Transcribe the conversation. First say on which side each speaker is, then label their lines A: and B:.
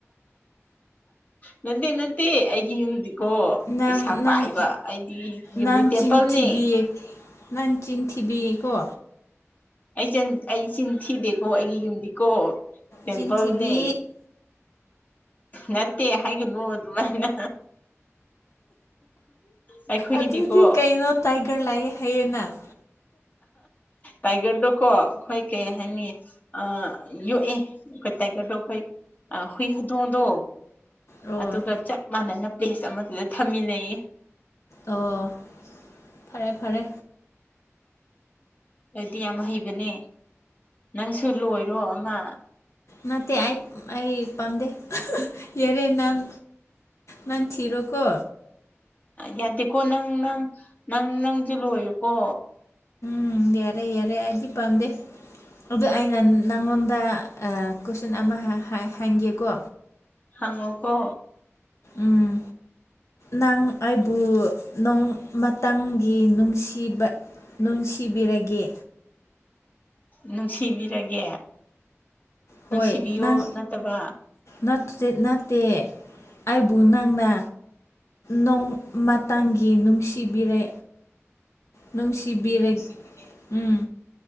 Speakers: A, on the left; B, on the left.
A: ꯅꯠꯇꯦ ꯅꯠꯇꯦ ꯑꯩꯒꯤ ꯌꯨꯝꯗꯤ꯫ ꯀꯣ
B: ꯅꯪ
A: ꯄꯩꯁꯥ
B: ꯅꯪ
A: ꯄꯥꯏꯕ ꯑꯩꯗꯤ ꯌꯨꯝꯗꯤ
B: ꯅꯪ
A: ꯇꯦꯝꯄꯜꯅꯦ꯫
B: ꯆꯤꯟ ꯊꯤꯕꯤꯌꯦ ꯅꯪ ꯆꯤꯟ ꯊꯤꯚꯤꯀꯣ꯫
A: ꯑꯩꯆ ꯑꯩ ꯆꯤꯟ ꯊꯤꯗꯦꯀꯣ ꯑꯩꯒꯤ ꯌꯨꯝꯗꯤꯀꯣ ꯇꯦꯝꯄꯜꯅꯦ꯫
B: ꯆꯤꯟꯊꯤꯕꯤ
A: ꯅꯠꯇꯦ ꯍꯥꯏꯒꯅꯨ ꯑꯗꯨꯃꯥꯏꯅ꯫ ꯑꯩꯈꯣꯏꯒꯤꯗꯤꯀꯣ꯫
B: ꯑꯗꯨꯗꯤ ꯀꯩꯅꯣ ꯇꯥꯏꯒꯔ ꯂꯥꯏꯌꯦ ꯍꯥꯏꯌꯦꯅ꯫
A: ꯇꯥꯏꯒꯔꯗꯣꯀꯣ ꯑꯩꯈꯣꯏ ꯀꯩ ꯍꯥꯏꯅꯤ꯫ ꯑ ꯌꯣꯛꯑꯦ ꯑꯩꯈꯣꯏ ꯇꯥꯏꯒꯔꯗꯣ ꯑꯩꯈꯣꯏ ꯍꯨꯏ ꯍꯧꯗꯣꯡꯗꯣ꯫
B: ꯑꯣ
A: ꯑꯗꯨꯒ ꯆꯞ ꯃꯥꯟꯅꯅ ꯄ꯭ꯂꯦꯁ ꯑꯃꯗꯨꯗ ꯊꯝꯃꯤꯟꯅꯩ꯫
B: ꯑꯣ ꯐꯔꯦ ꯐꯔꯦ꯫
A: ꯑꯩꯗꯤ ꯌꯥꯝ ꯍꯩꯕꯅꯦ ꯅꯪꯁꯨ ꯂꯣꯏꯔꯣ ꯑꯃ꯫
B: ꯅꯇꯦ ꯑꯩ ꯑꯩ ꯄꯝꯗꯦ ꯌꯔꯦ ꯅꯪ꯫ ꯅꯪ ꯊꯤꯔꯣꯀꯣ꯫
A: ꯌꯥꯗꯦꯀꯣ ꯅꯪ ꯅꯪ ꯅꯪ ꯅꯪꯁꯨ ꯂꯣꯏꯌꯨꯀꯣ꯫
B: ꯎꯝ ꯌꯥꯔꯦ ꯌꯥꯔꯦ ꯑꯩꯗꯤ ꯄꯥꯝꯗꯦ꯫ ꯑꯗꯨ ꯑꯩꯅ ꯅꯪꯉꯣꯟꯗ ꯑ ꯀꯣꯏꯁꯟ ꯑꯃ ꯍꯪ ꯍꯥꯏ ꯍꯥꯏꯒꯦꯀꯣ꯫
A: ꯍꯪꯉꯣꯀꯣ
B: ꯎꯝ ꯅꯪ ꯑꯩꯕꯨ ꯅꯨꯡ ꯃꯇꯪꯒꯤ ꯅꯨꯡꯁꯤꯕ ꯅꯨꯡꯁꯤꯕꯤꯔꯒꯦ꯫
A: ꯅꯨꯡꯁꯤꯕꯤꯔꯒꯦ꯫ ꯅꯨꯡꯁꯤꯕꯤꯌꯣ
B: ꯍꯣꯏ ꯅꯪ
A: ꯅꯠꯇꯕ
B: ꯅꯠꯇꯦ ꯅꯠꯇꯦ ꯑꯩꯕꯨ ꯅꯪꯅ ꯅꯣꯡ꯫ ꯃꯇꯥꯡꯒꯤ ꯅꯨꯡꯁꯤꯕꯤꯔꯦ ꯅꯨꯡꯁꯤꯕꯤꯔꯦ ꯎꯝ꯫